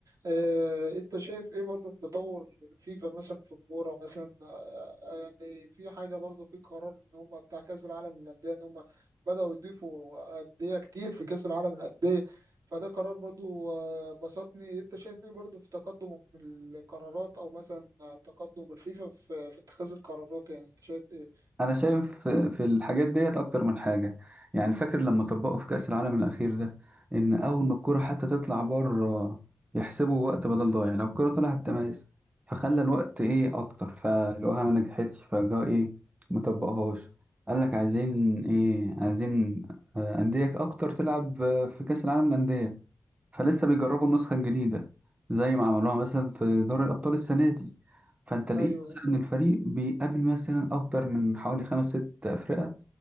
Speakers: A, on the right; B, on the right.
A: آه، انت شايف ايه برضو في تطور الفيفا مثلا في الكوره مثلا آه، يعني في حاجه برضو في قرار ان هم بتاع كاس العالم للانديه ان هم بدأوا يضيفوا أندية كتير في كأس العالم للأندية فده قرار برضو آه، بسطني انت شايف ايه برضو في تقدم القرارات او مثلا تقدم الفيفا في في اتخاذ القرارات يعني انت شايف ايه
B: انا شايف في الحاجات ديت اكتر من حاجه يعني فاكر لما طبقوا في كاس العالم الاخير ده ان اول ما الكره حتى تطلع بره يحسبوا وقت بدل ضايع لو الكره طلعت تميز فخلى الوقت ايه اكتر فلقوها ما نجحتش فجاء ايه ما طبقهاش قال لك عايزين ايه عايزين آه، انديه اكتر تلعب آه، في كاس العالم للانديه فلسه بيجربوا النسخة الجديدة زي ما عملوها مثلا في دوري الأبطال السنة دي فأنت لقيت
A: ايوه
B: مثلا إن الفريق بيقابل مثلا أكتر من حوالي خمس ست أفرقة